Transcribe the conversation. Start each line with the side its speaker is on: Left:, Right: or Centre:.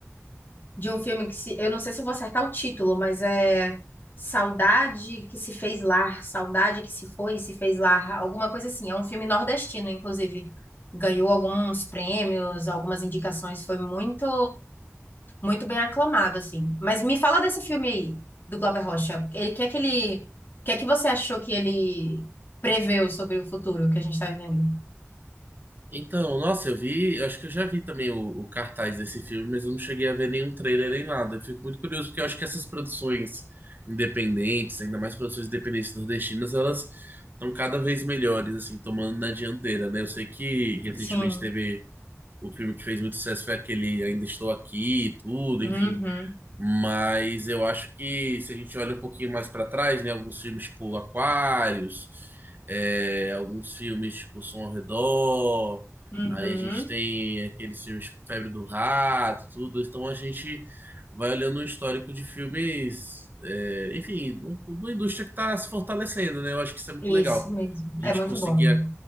Left: de um filme que se, eu não sei se eu vou acertar o título, mas é Saudade que se fez lá, Saudade que se foi e se fez lá, alguma coisa assim. É um filme nordestino, inclusive. Ganhou alguns prêmios, algumas indicações, foi muito muito bem aclamado, assim. Mas me fala desse filme aí, do Glauber Rocha. Ele, que é que ele, o que é que você achou que ele preveu sobre o futuro que a gente está vivendo?
Right: Então, nossa, eu vi, eu acho que eu já vi também o, o cartaz desse filme, mas eu não cheguei a ver nenhum trailer nem nada. Eu fico muito curioso porque eu acho que essas produções independentes, ainda mais produções independentes nordestinas, elas estão cada vez melhores, assim, tomando na dianteira, né? Eu sei que recentemente
Left: Sim.
Right: teve o filme que fez muito sucesso foi aquele Ainda Estou Aqui e tudo,
Left: Uhum.
Right: enfim. Mas eu acho que se a gente olha um pouquinho mais para trás, né, alguns filmes tipo Aquários, é, alguns filmes tipo Som ao Redor,
Left: Uhum.
Right: aí a gente tem aqueles filmes tipo Febre do Rato, tudo. Então a gente vai olhando o histórico de filmes, é, enfim, do- do- da indústria que está se fortalecendo, né? Eu acho que isso é muito
Left: Isso
Right: legal.
Left: mesmo.
Right: A
Left: É
Right: gente
Left: muito
Right: conseguir
Left: bom.